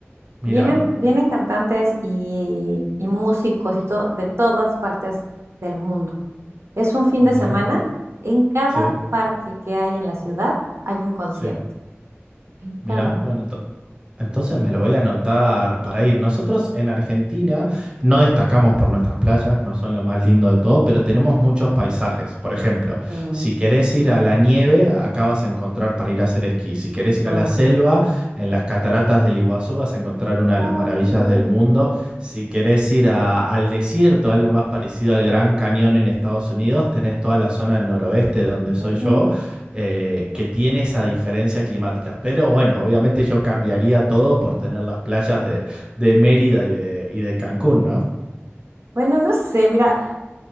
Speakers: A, on the right; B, on the right.
A: Mira,
B: Vienen, vienen cantantes y, y músicos y todo de todas partes del mundo. Es un fin
A: mira,
B: de semana. En cada
A: sí,
B: parque que hay en la ciudad hay un concierto.
A: sí,
B: En
A: mira,
B: cada parque.
A: bueno, ento- entonces me lo voy a anotar para ir. Nosotros en Argentina no destacamos por nuestras playas, no son lo más lindo de todo, pero tenemos muchos paisajes. Por ejemplo,
B: Mm,
A: si querés ir a la nieve, acá vas a encontrar para ir a hacer esquí. Si querés ir
B: mm.
A: a la selva, en las cataratas del Iguazú vas a encontrar una de
B: Oh,
A: las maravillas
B: qué bonito.
A: del mundo. Si querés ir a- al desierto, algo más parecido al Gran Cañón en Estados Unidos, tenés toda la zona del noroeste de donde
B: Fíjate.
A: soy yo eh, que tiene esa diferencia climática. Pero bueno, obviamente yo cambiaría todo por tener las playas de, de Mérida y de, y de Cancún, ¿no?
B: Bueno, no sé, mira,